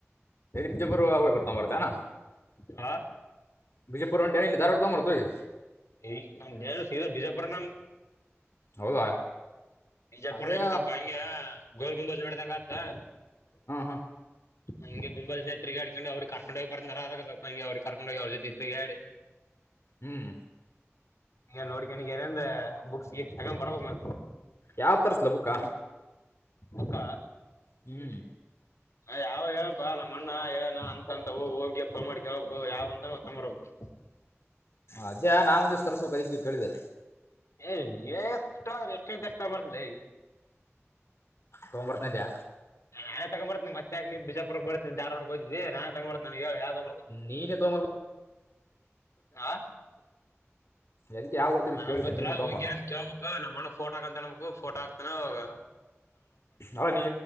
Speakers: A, on the left; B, on the left.
A: ಬಿಜಾಪುರವ ಹೋಗಿ ತೂಗಂಬರ್ತ ಏನು
B: ಹಾ
A: ಬಿಜಾಪುರ ಹೂಂಟೆನ ದಾರವಾಡ ತಗೊಂಬರ್ತಿ ಹೋಗಿ
B: ಈ ನಮ್ದನ ಸಿದ ಬಿಜಾಪುರ ನಮ್ದ
A: ಹೌದಾ
B: ಬಿಜಪುರ
A: ಅದೇ
B: ಹೆಂಗ ಸ್ವಲ್ಪ ಹಂಗ ಗೋಲ ಗುಂಬಜ ನೋಡಿದಂಗ ಆತದ
A: ಹ್ಮ ಹ್ಮ
B: ಹಂಗೆ ಗುಂಬಲ್ ಹ ತಿರುಗಾಡ್ಕೊಂಡು ಅವ್ರ ಕರ್ಕೊಂಡ ಹೋಗಿ ಬರ್ತಾರದಾಗ ಸ್ವಲ್ ಹಂ ಅವ್ರ ಕರ್ಕೊಂಡೋಗಿರ ಜೊತಿ ತಿರಗಾಡಿ
A: ಹ್ಮ್
B: ಈ ನೋಡ್ಕೊಂಡಗೆರಿಂದ ಬುಕ್ಸ್ ಗಿಕ್ಸ್ ತಗೊಂಡ್ ಬರ್ಬಕ್ ಮತ್ತ
A: ಯಾವದ ತರಸ್ಲಿ ಬುಕ್ಕ
B: ಬುಕ್ಕ
A: ಹ್ಮ್
B: ಹ ಯಾವ್ ಹೇಳೆನ ಪಾ ನಮ್ಮ ಅಣ್ಣ ಹೇಳಣ ಅಂತ ಅಂತ ಹೋಗಿ ಫೋನ್ ಮಾಡಿ ಕೇಳಳ್ಬೇಕ ಯಾವಂತರ್ ಅವು ತೋಂಬ ಬರಬೇಕ
A: ಅದೇ ನಾವ ಒಂದಷ್ಟು ತರ್ಸಬೇಕ ಅದಕ್ಕೆ ಕೇಳಿದೆೆ
B: ಏ ನೀ ಎಷ್ಟ್ರ ಎಷ್ಟ ಎಷ್ಟ ಬರತ್ತಿನಿಲೆ
A: ತೋಂಬರತಿನಂದೆ
B: ನಾನೆ ತಗಂಬರತ್ತಿನೀ ಮತ್ ಯಾಕೆ ನೀ ಬಿಜಾಪುರ ಬರ್ತಿದ್ದ ದಾರ್ವಾಡಗೆ ಹೋಗಿದ್ದೀ ನಾ ತಗಂಬರತ್ತಿನೀ ಹೇಳ ಯಾವ ತರಬೇಕು
A: ನೀನೇ ತೊಗೊಂಬರ್ಕೊಂತ
B: ಹ
A: ಅದಕ್ಕೆ ಯಾವ ಗೊತ್ತಿದೆ
B: ನನಗ
A: ಕೇಳಿದೆ
B: ಯಾವೆನ ಗೊತ್ತಿಲ್ಲ
A: ನೀನು ತೊಗೊಂಬ
B: ಹೋಗ ಕೇಳ್ಬೇಕು ನಮ್ಮಣಗ ಪೋಟೋ ಹಾಕಂತಳ್ಬೇಕು ಫೋಟೋ ಹಾಕ್ತಾನ ಹೋಗ
A: ಹ ನೀ